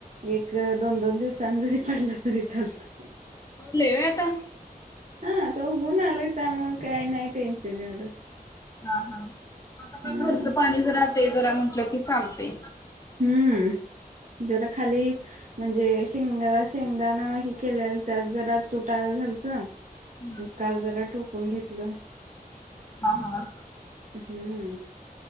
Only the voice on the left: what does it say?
लय व्हय आता.
हा हा मग आता
काय घरचं पाणी जरा ते जरा म्हटलं की चालतय.
हम्म
हा हा.